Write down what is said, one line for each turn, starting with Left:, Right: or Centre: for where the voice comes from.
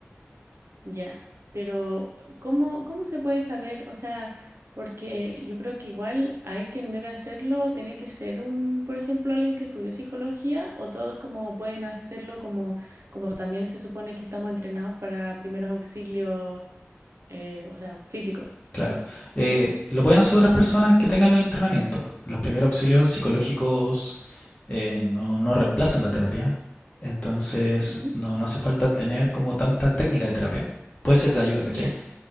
Right: Ya, pero ¿cómo, cómo se puede saber? O sea, porque yo creo que igual hay quien debe hacerlo, tiene que ser un, por ejemplo, alguien que estudió psicología o todos como pueden hacerlo como, como también se supone que estamos entrenados para primeros auxilios, eh, o sea, físicos.
Left: Claro. Eh, lo pueden hacer otras personas que tengan el entrenamiento. Los primeros auxilios psicológicos eh, no, no reemplazan la terapia. Entonces
Right: Ujú,
Left: no, no hace falta tener como tanta técnica de terapia. Puede ser de ayuda, ¿cachai?
Right: Ya,